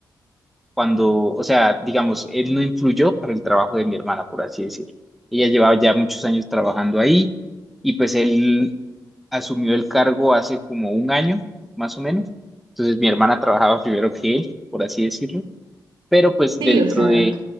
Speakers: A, in the centre; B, on the right (about 90°).
A: cuando, o sea, digamos, él no influyó para el trabajo de mi hermana, por así decirlo. Ella llevaba ya muchos años trabajando ahí y pues él asumió el cargo hace como un año, más o menos. Entonces mi hermana trabajaba primero que él, por así decirlo, pero pues
B: Sí,
A: dentro
B: o sea,
A: de,